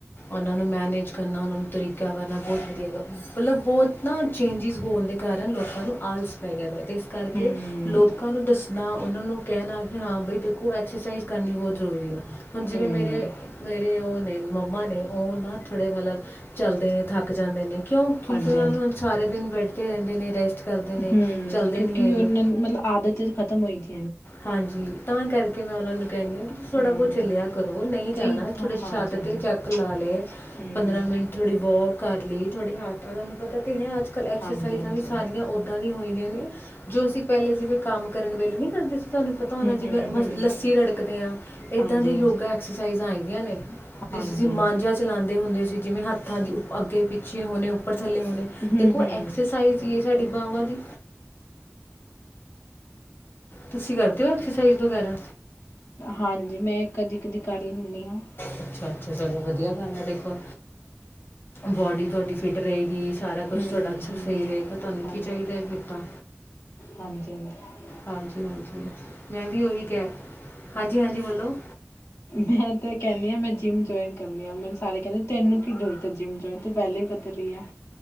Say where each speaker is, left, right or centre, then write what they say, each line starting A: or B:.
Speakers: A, on the left (about 50°); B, on the left (about 90°).
A: ਉਹਨਾਂ ਨੂੰ ਮੈਨੇਜ ਕਰਨਾ, ਉਹਨਾਂ ਨੂੰ ਤਰੀਕਾ ਕਰਨਾ ਬਹੁਤ ਵਧੀਆ, ਮਤਲਬ ਬਹੁਤ ਨਾ ਚੇਂਜਿਸ ਹੋਣ ਦੇ ਕਾਰਨ ਲੋਕਾਂ ਨੂੰ ਆਲਸ ਪੈ ਗਿਆ। ਅਤੇ ਇਸ ਕਰਕੇ
B: ਹੂੰ
A: ਲੋਕ ਲੋਕਾਂ ਨੂੰ ਦੱਸਣਾ ਉਹਨਾਂ ਨੂੰ ਕਹਿਣਾ ਕਿ ਹਾਂ ਬਾਈ ਦੇਖੋ, ਐਕਸਰਸਾਈਜ਼ ਕਰਨੀ ਬਹੁਤ ਜ਼ਰੂਰੀ ਆ। ਹੁਣ, ਜਿਵੇਂ
B: ਹੂੰ
A: ਮੇਰੇ ਉਹ ਨੇ, ਮੰਮਾ ਨੇ ਅਤੇ, ਉਹ ਨਾ ਥੋੜ੍ਹੇ ਮਤਲਬ ਚੱਲਦੇ ਨੇ ਥੱਕ ਜਾਂਦੇ ਨੇ। ਕਿਉਂ ਕਿਂ
B: ਹਾਂਜੀ
A: ਕਿ ਉਹਨਾਂ ਨੂੰ ਹੁਣ ਸਾਰੇ ਦਿਨ ਬੈਠਦੇ ਰਹਿੰਦੇ। ਨੇ ਰੈਸਟ ਕਰਦੇ ਨੇ
B: ਹਮ
A: ਚਲਦੇ
B: ਕਿਉਂਕਿ
A: ਨਹੀਂ ਹੈਗੇ
B: ਉਹਨਾਂ ਮਤਲਬ ਆਦਤ ਖਤਮ ਹੋਈ ਸੀ
A: ਹਾਂਜੀ ਤਾਂ ਕਰਕੇ ਮੈਂ ਉਹਨਾਂ ਨੂੰ ਕਹਿੰਦੀ ਹਾਂ ਕਿ ਤੁਸੀ ਥੋੜ੍ਹਾ
B: ਹੂੰ
A: ਬਹੁਤ ਚੱਲਿਆ ਕਰੋ ਨਹੀਂ
B: ਕਈ
A: ਜਾਣਾ
B: ਤਾਂ
A: ਥੋੜੇ
B: ਹਾਂਜੀ
A: ਛੱਤ
B: ਹਾਂਜੀ
A: ਤੇ ਚੈੱਕ ਲਾ ਲਏ
B: ਹੂੰ
A: ਪੰਦਰਾਂ ਮਿੰਟ ਥੋੜ੍ਹੀ ਵੋਕ ਕਰ ਲਈ ਥੋੜੇ ਹਾਥ ਤਾਂ ਤੁਹਾਨੂੰ ਪਤਾ ਤਨੇ ਹ ਅੱਜ ਕੱਲ੍ਹ ਐਕਸਰਸਾਈਜ਼ਾਂ
B: ਹਾਂਜੀ ਹਾਂਜੀ
A: ਵੀ ਸਾਰੀਆਂ ਉੱਦਾਂ ਦੀਆਂ ਹੋਈਆਂ ਨੇ ਜੋ ਅਸੀਂ ਪਹਿਲੇ ਜਿਵੇਂ ਕੰਮ ਕਰਨ ਵੇਲੇ ਨੀ ਕਰਦੇ ਤੁਹਾਨੂੰ ਪਤਾ
B: ਹੂੰ
A: ਹੋਣਾ
B: ਹੂੰ
A: ਜਿਵੇਂ
B: ਹੂੰ
A: ਲੱਸੀ ਰੜਕਦੇ ਹਾਂ ਇੱਦਾਂ
B: ਹਾਂਜੀ
A: ਦੀ
B: ਹਾਂਜੀ
A: ਯੋਗਾ ਐਕਸਰਸਾਈਜ਼ਾਂ ਆਈਦੀਆਂ ਨੇ ਜਿਸ
B: ਹਾਂਜੀ
A: ਅਸੀਂ ਮਾਂਝਾ
B: ਹਾਂਜੀ
A: ਚਲਾਉਂਦੇ ਹੁੰਦੇ ਸੀ ਜਿਵੇਂ ਹੱਥਾਂ ਦੀ ਅੱਗੇ ਪਿੱਛੇ ਹੋਣੇ ਉੱਪਰ ਥੱਲੇ ਪਣੇ
B: ਹੂੰ
A: ਦੇਖੋ
B: ਹੂੰ
A: ਐਕਸਰਸਾਈਜ਼ ਜ ਸਾਡੀ ਬਾਵਾਂ ਦੀ ਤੁਸੀਂ ਕਰਦੇ ਹੋ ਐਕਸਰਸਾਈਜ਼ ਵਗੈਰਾ
B: ਹਾਂਜੀ ਮੈਂ ਕਦੀ ਕਦੀ ਕਰ ਲੈਂਦੀ ਹਾਂ
A: ਅੱਛਾ ਅੱਛਾ ਚਲੋ ਵਧੀਆ ਗੱਲ ਆ ਦੇਖੋ ਥੋੜੀ ਤੁਹਾਡੀ ਫਿਟ ਰਹੇਗੀ ਸਾਰਾ ਕੁਛ
B: ਹੂੰ
A: ਤੁਹਾਡਾ ਅੱਛਾ
B: ਹੂੰ
A: ਸਹੀ ਰਹੇਗਾ ਤੁਹਾਨੂੰ
B: ਹਾਂਜੀ
A: ਕੀ ਚਾਹੀਦਾ
B: ਹਾਂਜੀ
A: ਹੈ ਫਿਰ ਤਾਂ
B: ਹਾਂਜੀ ਹਾਂਜੀ
A: ਹਾਂਜੀ ਹਾਂਜੀ ਮੈਂ ਵੀ ਉਹੀ ਕਹਿ ਹਾਂਜੀ ਹਾਂਜੀ ਬੋਲੋ
B: ਮੈਂ ਤੇ ਕਹਿੰਦੀ ਆ ਮੈਂ ਜਿੰਮ ਜਆਇਨ ਕਰਨੀ ਆ ਮੈਨੂੰ ਸਾਰੇ ਕਹਿੰਦੀ ਤੈਨੂ ਕੀ ਜਰੂਰਤ ਹੈ ਤੂੰ ਤੇ ਪਹਿਲਾਂ ਹੀ ਪਤਲੀ ਹੈ